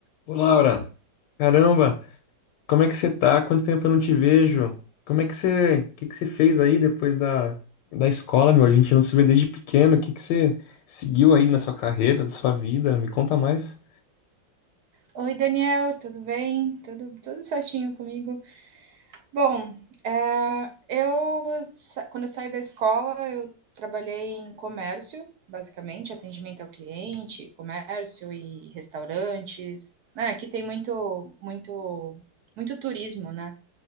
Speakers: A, on the left (about 75°); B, on the right (about 65°).
A: Ô Laura, Caramba, como é que você tá? Quanto tempo eu não te vejo? Como é que você, o que que você fez aí depois da, da escola, meu? A gente não se vê desde pequeno. O que que você seguiu aí na sua carreira, na sua vida? Me conta mais.
B: Oi, Daniel, tudo bem? Tudo, tudo certinho comigo? Bom, é, eu sa- quando eu saí da escola, eu trabalhei em comércio, basicamente, atendimento ao cliente, comércio e restaurantes, né? Aqui tem muito, muito, muito turismo, né?